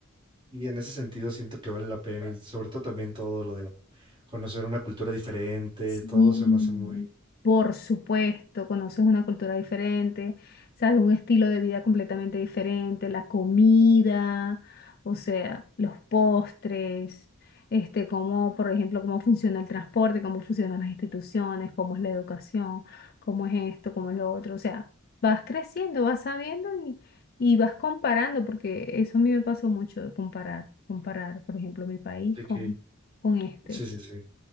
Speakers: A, on the right (about 25°); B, on the left (about 45°).
A: Y en ese sentido siento que vale la pena, y sobre todo también todo lo de conocer una cultura diferente,
B: Sí,
A: todo se me hace muy...
B: por supuesto, conoces una cultura diferente, sabes, un estilo de vida completamente diferente, la comida, o sea, los postres, este, cómo, por ejemplo, cómo funciona el transporte, cómo funcionan las instituciones, cómo es la educación, cómo es esto, cómo es lo otro, o sea, vas creciendo, vas sabiendo y, y vas comparando, porque eso a mí me pasó mucho de comparar, comparar, por ejemplo, mi país
A: de
B: con,
A: que-
B: con este.
A: Sí, sí, sí.